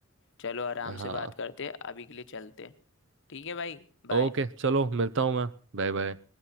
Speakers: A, on the left; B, on the right.
A: चलो आराम
B: हाँ
A: से बात करते अभी के लिए चलते ठीक है भाई बाय
B: ओके चलो मिलता हूँ मैं Bye bye